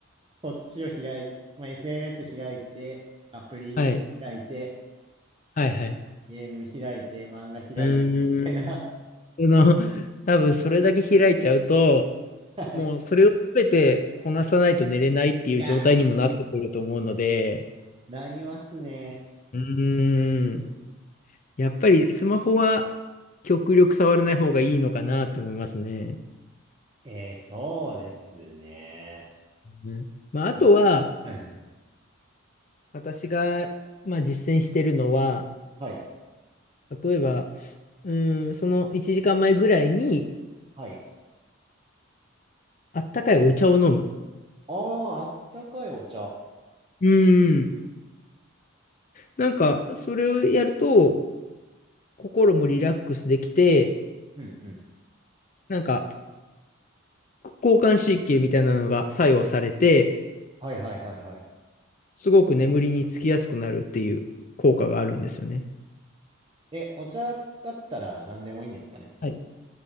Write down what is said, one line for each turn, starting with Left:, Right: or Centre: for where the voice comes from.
Right: こっちを開い、まあ、SNS 開いて、アプリ開いて、
Left: はい。はいはい。
Right: ゲーム開いて、漫画開いて、
Left: うん。
Right: みたいな。
Left: あの、多分それだけ開いちゃうと、
Right: <laughs> はい。
Left: もうそれを全てこなさないと寝れないっていう状態にもなってくると思うので、
Right: いや、なりますね。
Left: うーん、やっぱりスマホは極力触らない方がいいのかなと思いますね。
Right: えー、そうですね。
Left: うんまあ、あとは、
Right: あ、はいはい。
Left: 私が、まあ、実践してるのは、
Right: はい。
Left: 例えば、うーん、その1時間前ぐらいに、
Right: はい。
Left: あったかいお茶を飲む。
Right: ああ、あったかいお茶。
Left: うーん。なんか、それをやると、心もリラックスできて、
Right: うんうん。
Left: なんか、交感神経みたいなのが作用されて、
Right: はいはいはいはい。
Left: すごく眠りにつきやすくなるっていう効果があるんですよね。
Right: え、お茶だったら何でもいいんですかね。
Left: はい。